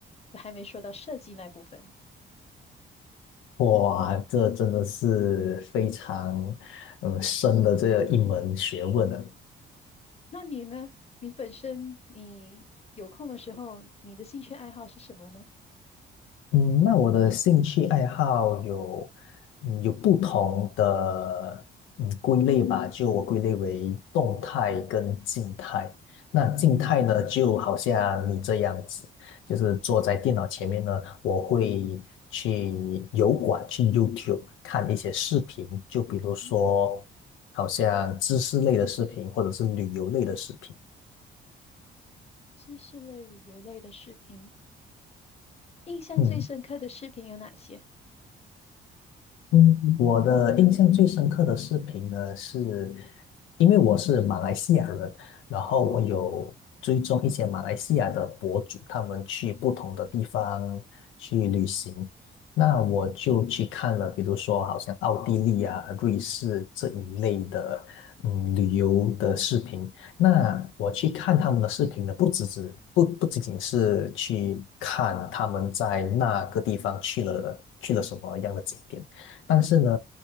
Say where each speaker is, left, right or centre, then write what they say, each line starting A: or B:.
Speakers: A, on the left; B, on the left.
A: 还没说到设计那部分。
B: 哇，这真的是非常嗯深的这一门学问呢。
A: 那你呢？你本身你有空的时候，你的兴趣爱好是什么呢？
B: 嗯，那我的兴趣爱好有，嗯，有不同的嗯归类吧，就我归类为动态跟静态。那静态呢，
A: 嗯哼
B: 就好像你这样子，就是坐在电脑前面呢，我会去油管、去 YouTube 看一些视频，就比如说
A: 嗯哼，
B: 好像知识类的视频或者是旅游类的视频。
A: 知识类、旅游类的视频，印象最深刻的视频有哪些？
B: 嗯，嗯，我的印象最深刻的视频呢，是因为我是马来西亚人，然后我有追踪一些马来西亚的博主，他们去不同的地方去旅行，那我就去看了，比如说好像奥地利啊、瑞士这一类的，嗯，旅游的视频。那我去看他们的视频呢，不只是不不仅仅是去看他们在那个地方去了去了什么样的景点。但是呢，